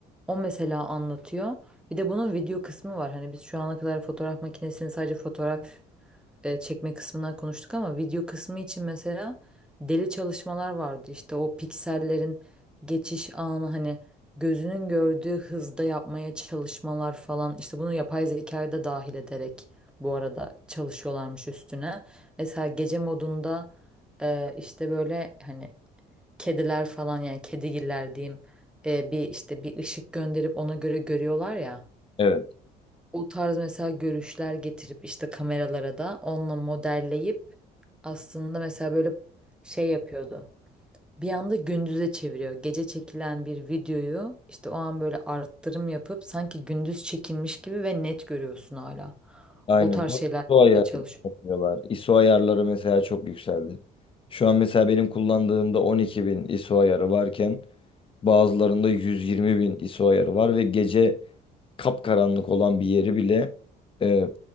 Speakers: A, in the centre; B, on the left.
A: O mesela anlatıyor. Bir de bunun video kısmı var. Hani biz şu ana kadar fotoğraf makinesini sadece fotoğraf e, çekme kısmından konuştuk ama video kısmı için mesela deli çalışmalar vardı. İşte o piksellerin geçiş anı hani gözünün gördüğü hızda yapmaya çalışmalar falan. İşte bunu yapay zekayı da dahil ederek bu arada çalışıyorlarmış üstüne. Mesela gece modunda e, işte böyle hani kediler falan yani kedigiller diyeyim e, bir işte bir ışık gönderip ona göre görüyorlar ya
B: Evet.
A: o tarz mesela görüşler getirip işte kameralara da onunla modelleyip aslında mesela böyle şey yapıyordu. Bir anda gündüze çeviriyor. Gece çekilen bir videoyu işte o an böyle arttırım yapıp sanki gündüz çekilmiş gibi ve net görüyorsun hala.
B: Aynen.
A: O tarz
B: ISO
A: şeylerle
B: ayarı
A: çalışıyor.
B: yapıyorlar. ISO ayarları mesela çok yükseldi. Şu an mesela benim kullandığımda 12.000 ISO ayarı varken bazılarında 120.000 ISO ayarı var ve gece kapkaranlık olan bir yeri bile e,